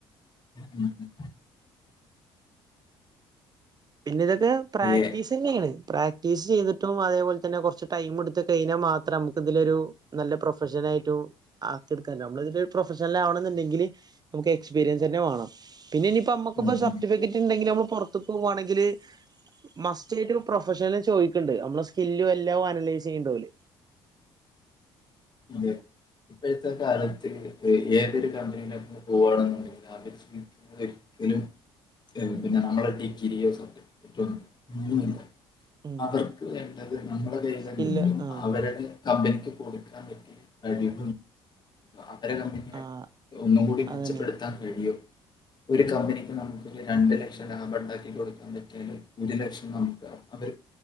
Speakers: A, on the left; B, on the right.
A: ഉം ഉം
B: പിന്നെ ഇതൊക്കെ പ്രാക്ടീസ്
A: ഏ-
B: തന്നെയാണ് പ്രാക്ടീസ് ചെയ്തിട്ടും അതേപോലെ തന്നെ കുറച്ച് ടൈം എടുത്ത് കഴിഞ്ഞാൽ മാത്രം നമുക്ക് ഇതിലൊരു നല്ല പ്രൊഫഷനായിട്ടും ആക്കിയെടുക്കാ നമ്മള് ഇതിലൊരു പ്രൊഫഷണൽ ആവണം എന്നുണ്ടെങ്കില് നമുക്ക് എക്സ്പരിയൻ തന്നെ വേണം പിന്നെ ഇനിപ്പ നമ്മുക്ക്പ്പോ
A: ഉം
B: സർിഫിക്കറ്റ്
A: ഉം.
B: ഉണ്ടെങ്കിൽ നമ്മള് പൊറത്ത് പോവാണെങ്കിൽ ഇതില് മസ്റ്റ്യായിട്ട് പ്രൊഫഷനല് ചോദിക്കുന്നുണ്ട് നമ്മളെ സ്കില്ലും എല്ലാും അനലൈസ് ചെയ്യണ്ടോല്
A: അതെ ഇപ്പോഴത്തെ കാലത്ത് ഏതൊരു കമ്പനിക്കന്ന് പോവാണെന്നുണ്ടെങ്കി ആദ്യം എക്സ്പീരി എന്തിനും പിന്നെ നമ്മളെ ഈ <unintelligible>
B: ഉം
A: അവർക്ക് വേണ്ടത് നമ്മുടെ കയ്യിന്ന്
B: സ്കില്ല്
A: എന്തെങ്കിലും
B: ആഹ്
A: അവരുടെ കമ്പനിക്ക് കൊടു കഴിവ് അവരെ കമ്പനിയെ
B: ആഹ്
A: ഒന്നും കൂടി മെച്ചപ്പെടുത്താൻ
B: അതന്നെ
A: റേഡിയോ ഒരു കമ്പനിക്ക് നമുക്കൊരു രണ്ട് ലക്ഷം ലാഭം ഉണ്ടാക്കി കൊടുക്കാൻ പറ്റിയാലും ഒരു ലക്ഷം നമുക്ക് അവർ